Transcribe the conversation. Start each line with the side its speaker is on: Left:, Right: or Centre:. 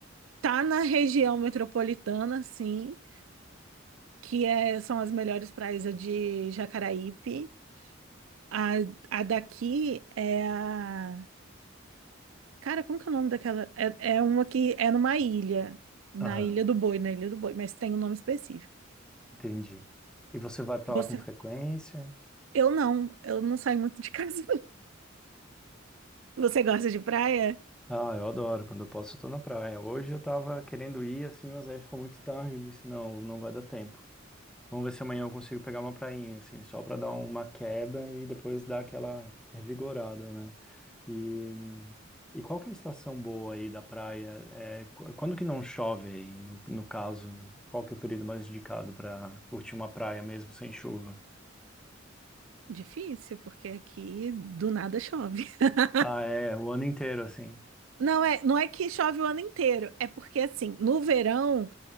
Right: tá na região metropolitana, sim, que é, são as melhores praias a de Jacaraípe. A, a daqui é a. Cara, como que é o nome daquela? É, é uma que é numa ilha. Na
Centre: Aham.
Right: Ilha do Boi, na Ilha do Boi, mas tem um nome específico.
Centre: Entendi. E você vai para
Right: Você.
Centre: lá com frequência?
Right: Eu não, eu não saio muito de casa. <laughs> Você gosta de praia?
Centre: Ah, eu adoro. Quando eu posso, eu tô na praia. Hoje eu tava querendo ir assim, mas aí ficou muito tarde. Eu disse, não, não vai dar tempo. Vamos ver se amanhã eu consigo pegar uma prainha, assim, só para dar uma queda e depois dar aquela revigorada, né? E, e qual que é a estação boa aí da praia? É, qu- quando que não chove aí, no, no caso? Qual que é o período mais indicado para curtir uma praia mesmo sem chuva?
Right: Difícil, porque aqui do nada chove. <laughs>
Centre: Ah, é, o ano inteiro, assim.
Right: Não é, não é que chove o ano inteiro, é porque assim, no verão